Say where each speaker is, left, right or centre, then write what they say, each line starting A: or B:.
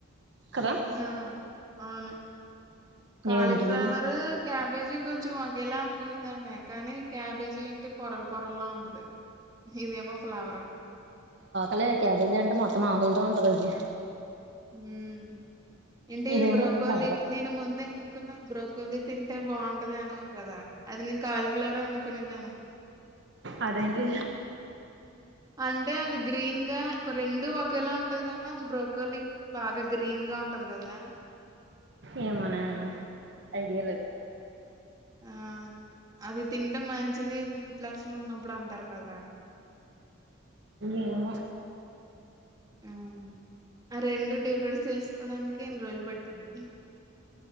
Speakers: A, on the right; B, on the right.
A: కదా
B: హా అవును కాలిఫ్లవర్
A: ఏంటిది
B: క్యాబేజీ కొం చం ఒకేలా అనుకునే దాన్ని కానీ క్యాబేజీ ఏంటి పొరలు పొరల్లా ఉంటది ఇదేమో ఫ్లవర్
A: అలే క్యాబేజీ అంటే మొత్తం ఆకులతో ఉంటది అది
B: మ్మ్ ఏంటి
A: ఇదేమో
B: బ్రోకోలీ
A: ఫ్లవరే
B: నేను ముందే అనుకున్నా బ్రో కొని తింటే బాగుంటది అనేవారు కదా అది నేను కాలీఫ్లవరె అనుకునే దాన్ని
A: అదేంటి
B: అంటే అది గ్రీన్ గా రెండు ఒకేలా ఉంటది కానీ అది బ్రోకలీ బాగా గ్రీన్ గా ఉంటది కదా
A: ఏమో నా ఐడియా లేదు
B: ఆ అది తింటే మంచిది వెయిట్ లాస్ లో ఉన్నప్పుడు అంటారు కదా
A: ఏమో
B: మ్మ్ ఆ రెండు డిఫరెంట్ తెలుసుకోడానికి ఇన్ని రోజులు పట్టింది